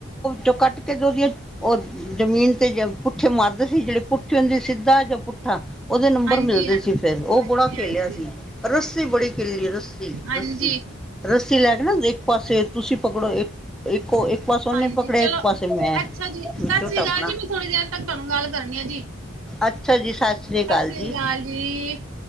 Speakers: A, in the centre; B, on the right.
A: ਚੋਂ ਕੱਟ ਕੇ ਦ ਉਹਦੀਆਂ ਉਹ ਜ਼ਮੀਨ ਤੇ ਪੁੱਠੇ ਮਰਦੇ ਸੀ ਜਿਹੜੇ ਪੁੱਠੇ ਹੁੰਦੇ ਸਿੱਧਾ ਜਾਂ ਪੁੱਠਾ ਉਹਦੇ ਨੰਬਰ
B: ਹਾਂਜੀ
A: ਮਿਲਦੇ
B: ਹਾਂਜੀ
A: ਸੀ ਫੇਿਰ ਉਹ
B: ਹਾਂਜੀ
A: ਬੜਾ ਖਲਿਆ ਸੀ
B: ਹਾਂਜੀ
A: ਰੱਸੀ ਬੜੀ ਕਿਲੀ ਰ ੱ
B: ਹਾਂਜੀ
A: ਰੱਸੀ ਰੱਸੀ ਲੈ ਕੇ ਨਾ ਇੱਕ ਪਾਸੇ ਤੁਸੀਂ ਪਕੜੋ ਇੱਕ ਇੱਕੋ ਇੱਕ ਪਾਸ ਉਹਨੇ
B: ਹਾਂਜੀ
A: ਪਕੜਿਆ
B: ਚਲੋ
A: ਇੱਕ ਪਾਸੇ ਮੈਂ
B: ਅੱਛਾ ਜੀ ਸਤਿ
A: ਵਿੱਚੋਂ
B: ਸ੍ਰੀ
A: ਟੱਪਣਾ
B: ਅਕਾਲ ਜੀ ਮੈਂ ਥੋੜ੍ਹੀ ਦੇਰ ਤੱਕ ਤੁਹਾਨੂੰ ਗੱਲ ਕਰਨੀ ਆ ਜੀ
A: ਅੱਛਾ ਜੀ ਸ਼੍ਰੀ
B: ਸਤਿ ਸ੍ਰੀ
A: ਜੀ
B: ਅਕਾਲ ਜੀ